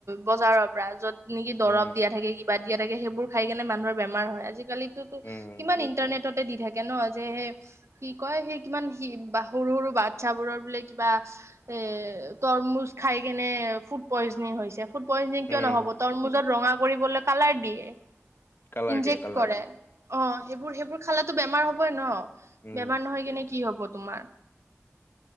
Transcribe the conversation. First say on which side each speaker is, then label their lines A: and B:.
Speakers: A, on the right; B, on the left.
A: বজাৰৰ পৰা। য'ত নেকি দৰব
B: উম
A: দিয়া থাকে। কি বা দিয়া থাকে। সেইবোৰ খাই কেনে মানুহৰ বেমাৰ হয়। আজিকালিতোতো
B: উম উম
A: কিমান ইন্টাৰনেট। টতে দি থাকে ন? যে সেই কি কয়, সেই কিমান। কি বা সৰু সৰু বাচ্ছাবোৰৰ বোলে কিবা, এ তৰমুজ খাই কেনে। পয়জনিং হৈছে। ফুড পয়জনিং কিয়
B: উম
A: নহ'ব? তৰমুজত ৰঙা কৰিবলৈ কালাৰ দিয়ে।
B: কালাৰ
A: ইন্জেক্ট
B: দিয়ে কালাৰ
A: কৰে।
B: দিয়ে
A: অ'। সেইবোৰ, সেইবোৰ খালেতো বেমাৰ হ'বই ন?
B: উম
A: বেমাৰ নহয় কেনে কি হ'ব? তোমাৰ।